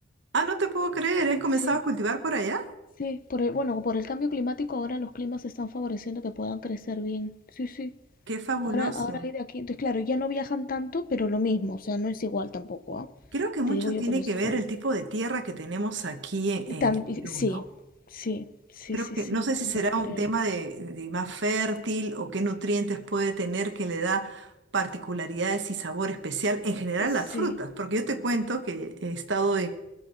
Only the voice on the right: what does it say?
Ah, no te puedo creer, has comenzado
a cultivar por allá.
Qué fabuloso.
Creo que mucho
tiene
que
ver el tipo de tierra que tenemos aquí en, en
el Perú,
¿no?
Creo
que,
no sé si
será
un tema de, de más fértil o qué nutrientes puede tener que le da particularidades y sabor especial en general
las frutas, porque yo te cuento que he estado